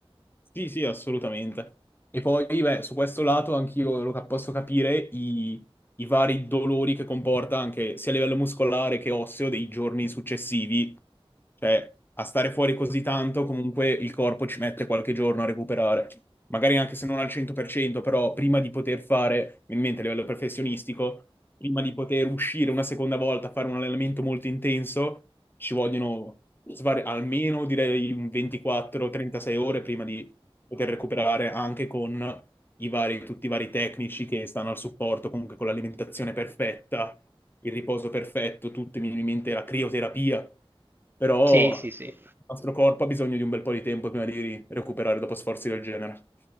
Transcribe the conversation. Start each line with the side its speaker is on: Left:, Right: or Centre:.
Left: Sì, sì, assolutamente. E poi, beh, su questo lato anch'io lo cap- posso capire i, i vari dolori che comporta anche sia a livello muscolare che osseo dei giorni successivi. Cioè, a stare fuori così tanto, comunque il corpo ci mette qualche giorno a recuperare. Magari anche se non al 100%, però prima di poter fare, in mente a livello professionistico, prima di poter uscire una seconda volta a fare un allenamento molto intenso, ci vogliono svari- almeno direi un 24-36 ore prima di poter recuperare anche con i vari, tutti i vari tecnici che stanno al supporto, comunque con l'alimentazione perfetta, il riposo perfetto, tutto, mi viene in mente la crioterapia, però
Right: Sì, sì, sì.
Left: il nostro corpo ha bisogno di un bel po' di tempo prima di recuperare dopo sforzi del genere.